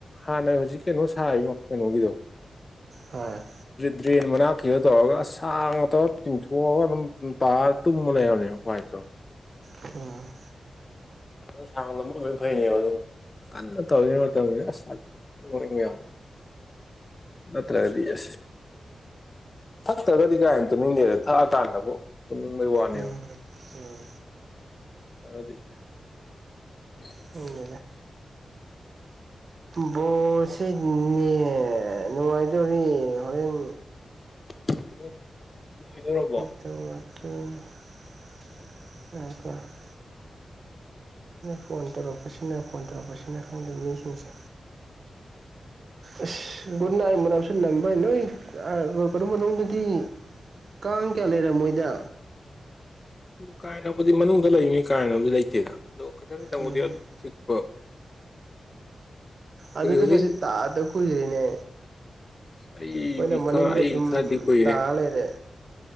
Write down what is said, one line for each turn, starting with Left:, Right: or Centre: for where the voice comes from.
Left: ꯍꯥꯟꯅꯩ ꯍꯧꯖꯤꯛ ꯀꯩꯅꯣ ꯁꯥꯔꯤꯕ ꯀꯩꯅꯣꯒꯤꯗꯣ
Right: ꯍꯣꯏ
Left: ꯗ꯭ꯔꯦꯟ ꯃꯅꯥꯛ ꯀꯤꯔ ꯇꯧꯔꯒꯁꯥꯡ ꯉꯧ ꯇꯤꯡꯊꯣꯛꯑꯒ ꯑꯗꯨꯝꯥꯔ ꯇꯨꯝꯕ ꯂꯩꯔꯅꯦꯕ ꯄꯄꯥꯥꯏ ꯆꯣ
Right: ꯎꯝ
Left: ꯑ ꯁꯥꯡ ꯐꯩꯅꯤ ꯑꯗꯨ ꯀꯟꯅ ꯇꯧꯔꯤꯉꯩ ꯃꯇꯝꯁ ꯑꯁꯕ ꯌꯥꯎ ꯑꯠꯇꯒꯗꯤ ꯀꯦ ꯊꯛꯇ꯭ꯔꯒꯗꯤꯅ‌ꯦ <unintelligible> ꯊꯛꯑꯀꯥꯟꯗꯕꯨ ꯇꯨꯝꯅꯤꯡꯕꯩ ꯋꯥꯅꯦꯕ
Right: ꯎꯝ ꯎꯝ
Left: <unintelligible> <unintelligible>
Right: ꯈꯪꯗꯦꯗ ꯕꯣꯁꯤꯅꯦ ꯅꯨꯡꯉꯥꯏꯗꯣꯔꯤ ꯍꯣꯔꯦꯟ
Left: <unintelligible>
Right: <unintelligible> <unintelligible> ꯐꯣꯟ ꯇꯧꯔꯛꯄꯁꯤꯅ ꯐꯣꯟ ꯇꯧꯔꯛꯄꯁꯤꯅ ꯈꯪꯗꯦ ꯃꯤꯁꯤꯡꯁꯦ ꯑꯁ ꯒꯨꯗ ꯅꯥꯏꯠ ꯃꯅꯝꯁꯨ ꯅꯝꯗꯥꯏ ꯅꯣꯏ ꯑꯥ ꯀꯩꯅ‌ꯣ ꯃꯅꯨꯡꯗꯗꯤ ꯀꯥꯡ ꯀꯌꯥ ꯂꯩꯔꯝꯃꯣꯏꯗ
Left: ꯀꯥ ꯍ‌ꯦꯟꯅꯕꯨꯗꯤ ꯃꯅꯨꯡꯗ ꯂꯩꯕꯅꯤꯟ ꯀꯥ ꯍ‌ꯦꯟꯅꯕꯨꯗꯤ ꯂꯩꯇꯦꯗ ꯑꯗꯣ ꯈꯤꯇꯪ ꯇꯪꯕꯨꯗꯤ
Right: ꯎꯝ
Left: ꯆꯤꯛꯄ
Right: ꯑꯗꯨꯗꯨꯒꯁꯤ
Left: ꯍꯧꯖꯤꯛ ꯍꯧꯖꯤꯛ
Right: ꯇꯥꯗ ꯀꯨꯏꯔꯦꯅꯦ
Left: ꯑꯩꯗꯤ
Right: ꯈ‌ꯣꯏꯅ ꯃꯅꯤꯡꯗ
Left: ꯈꯔ ꯑꯩ
Right: ꯑꯗꯨꯝ
Left: ꯈꯔꯗꯤ ꯀꯨꯏꯔꯦ
Right: ꯇꯥ ꯂꯩꯔꯦ